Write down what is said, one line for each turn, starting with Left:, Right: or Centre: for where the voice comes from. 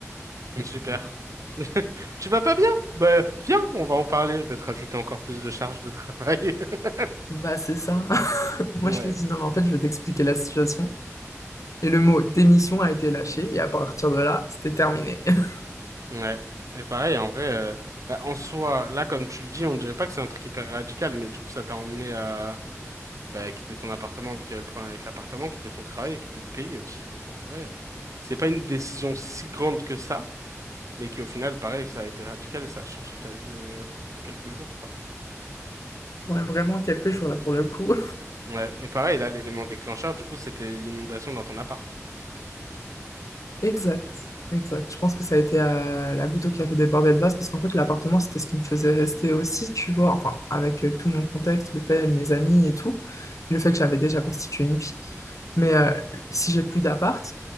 Right: Super. Tu vas pas bien? Ben, viens, on va en parler, je vais te rajouter encore plus de charges de travail. <laughs>
Left: Bah, c'est ça. <laughs> Moi,
Right: Ouais.
Left: je lui ai dit, non, mais en fait, je vais t'expliquer la situation. Et le mot démission a été lâché, et à partir de là, c'était terminé. <laughs>
Right: Ouais. Et pareil, en vrai, euh, bah, en soi, là, comme tu le dis, on dirait pas que c'est un truc hyper radical, mais du coup, ça t'a emmené à bah, quitter ton appartement, vu qu'il y avait le problème avec l'appartement, quitter ton travail et quitter le pays aussi. Du coup, en vrai, euh, c'est pas une décision si grande que ça, mais qui, au final, pareil, ça a été radical et ça a changé ta vie euh, en quelques jours, quoi.
Left: Ouais, vraiment quelques jours là pour le coup.
Right: Ouais. Et pareil, là, l'élément déclencheur, du coup, c'était l'inondation dans ton appart.
Left: Exact, exact. Je pense que ça a été euh, la goutte qui a fait déborder le vase parce qu'en fait, l'appartement, c'était ce qui me faisait rester aussi, tu vois. Enfin, avec euh, tout mon contexte, le fait, mes amis et tout, le fait que j'avais déjà constitué une vie. Mais euh, si j'ai plus d'appart,